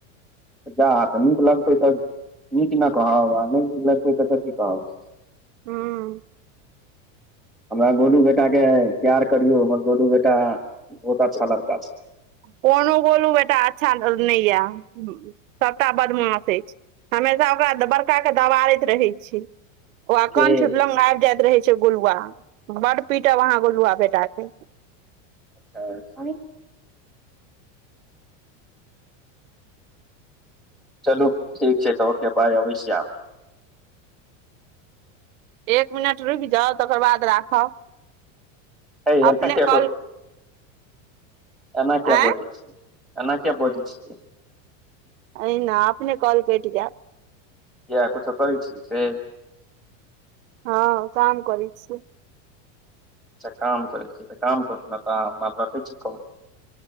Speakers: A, in the centre; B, on the right.
A: जा तऽ नीक लगतै तऽ नीक ने कहब आ नहि नीक लगतै तऽ कथी कहब
B: हुँ
A: हमरा गोलू बेटा के प्यार करियो हमर गोलू बेटा बहुत अच्छा लड़का छै
B: कोनो बोलू बेटा अच्छा नइ य सभटा बदमाश अछि हमेशा ओकरा बड़का के दबारैत रहै छै ओह
A: के
B: कंठ लग आब जाइत रहै छै गुलुआ बड पीट यहाँ गुलुआ बेटा के
A: अचछा <inaudible> आय चलू ठीक छै तऽ ओके बाय अबय छी आब
B: एक मिनट रुकि जाउ तकर बाद राखब
A: हेय एना
B: अपने
A: करे छिये
B: कॉल
A: एना किया
B: आँय
A: बजैय एना किया बजे छिऐ
B: एहिना अपने कॉल कटि जैत
A: किया कुछो करै छिये से
B: हँ काम करे छिये
A: काम करै छिये काम करू तऽ अपन रखै छिऐ कॉल